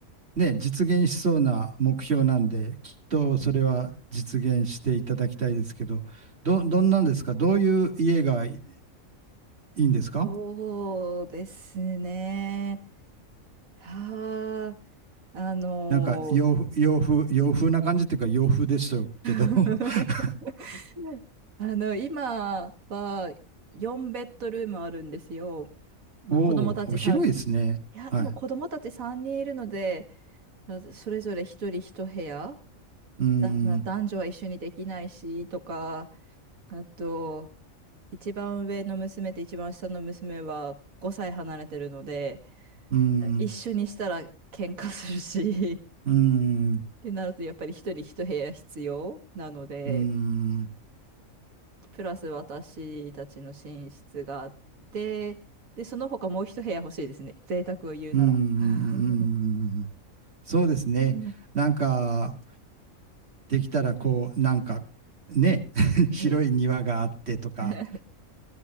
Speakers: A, on the right; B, on the right.
A: ね、実現しそうな目標なんで、きっとそれは実現していただきたいですけど、ど、どんなんですかどういう家がいいんですか
B: そうですね。はあ、あのー
A: なんか洋風、洋風、洋風な感じっていうか洋風でしたけど
B: <laughs>
A: <laughs>
B: あの、今は4ベッドルームあるんですよ。まあ、
A: おお、
B: 子供たち3人。
A: 広いですね。
B: いや、
A: はい。
B: でも子供たち3人いるので、まあそれぞれ1人1部屋
A: うーん。
B: だ、<laughs> まあ、男女は一緒にできないし、とか、あと、一番上の娘と一番下の娘は5歳離れてるので、
A: うーん、
B: 一緒にしたら喧嘩するし、
A: うーん、
B: <laughs> ってなるとやっぱり一人一部屋必要なので、
A: うーん、う
B: プラス私たちの寝室があって、で、その他もう一部屋欲しいですね。贅沢を言うなら。
A: ーん、う
B: <laughs>
A: ーんそうですね。
B: うん
A: なんか、できたらこう、なんか、ね、<laughs> 広い庭があってとか、
B: うん。<laughs>